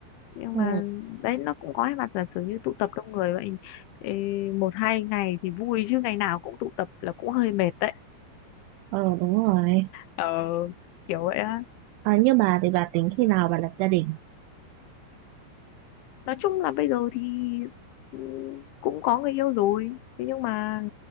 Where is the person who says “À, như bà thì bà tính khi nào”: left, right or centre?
Right